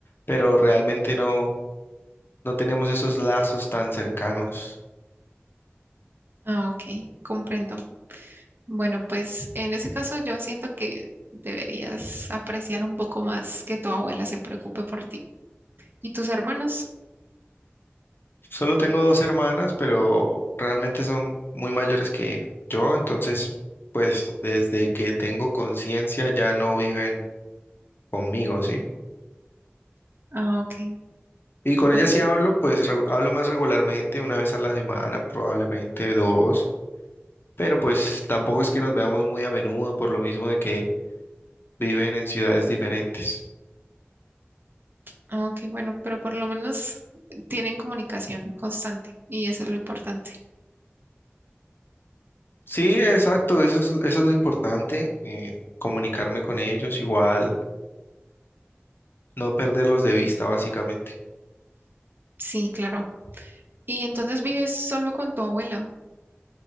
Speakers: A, on the left; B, on the right.
A: pero realmente no, no tenemos esos lazos tan cercanos.
B: Ah, ok, comprendo. Bueno, pues en ese caso yo siento que deberías apreciar un poco más que tu abuela se preocupe por ti. ¿Y tus hermanos?
A: Solo tengo dos hermanas, pero realmente son muy mayores que yo, entonces, pues desde que tengo conciencia ya no viven conmigo, ¿sí?
B: Ah, ok.
A: Y con
B: Bueno,
A: ellas sí hablo, pues regu- hablo más regularmente, una vez a la semana, probablemente dos pero pues tampoco es que nos veamos muy a menudo por lo mismo de que viven en ciudades diferentes.
B: ah, ok, bueno, pero por lo menos tienen comunicación constante y eso es lo importante.
A: Sí, exacto, eso es, eso es lo importante, eh, comunicarme con ellos igual, no perderlos de vista básicamente.
B: Sí, claro. Y entonces vives solo con tu abuela.